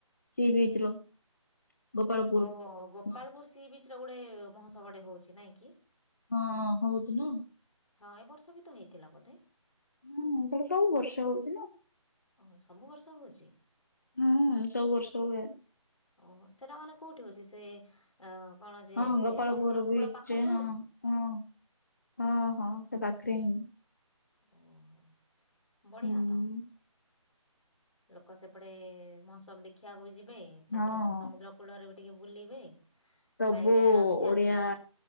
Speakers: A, on the left (about 30°); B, on the left (about 70°).
A: ସି ବିଚ୍ ର। ଗୋପାଳପୁର
B: ଓହୋ ଗୋପାଳପୁର
A: ମହୋତ୍ସବ
B: ସି ବିଚ୍ ରେ ଗୋଟେ ମୋହତ୍ସବ ଟେ ହଉଛି ନାହିଁ କି।
A: ହଁ ହଉଚି ନା।
B: ହଁ ଏ ବର୍ଷ ବି ତ ହେଇଥିଲା ବୋଧେ।
A: ହୁଁ ସେଟା ସବୁ ବର୍ଷ ହଉଛି ନା।
B: ଓ ସବୁ ବର୍ଷ ହଉଚି।
A: ହୁଁ ସବୁ ବର୍ଷ ହୁଏ।
B: ଓହୋ ସେଟା ମାନେ କୋଉଠି ହଉଚି ସେ ଏ କଣ ଯେ
A: ହଁ
B: ସେ
A: ଗୋପାଳପୁର
B: ସମୁଦ୍ର
A: ବିଚରେ
B: କୂଳ ପାଖରେ
A: ହଁ
B: ହଉଛି?
A: ହଁ ହଁ ହଁ ସେ ପାଖରେ ହିଁ।
B: ଓହୋ ବଢ଼ିଆତ।
A: ହୁଁ
B: ଲୋକ ସେପଟେ ମହୋତ୍ସବ ଦେଖିବାକୁ ବି ଯିବେ ତାପରେ
A: ହଁ
B: ସେ ସମୁଦ୍ର କୂଳରେ ବି ଟିକେ ବୁଲିବେ।
A: ସବୁ
B: ଖାଇବେ ଆରାମସେ
A: ଓଡ଼ିଆ
B: ଆସିବେ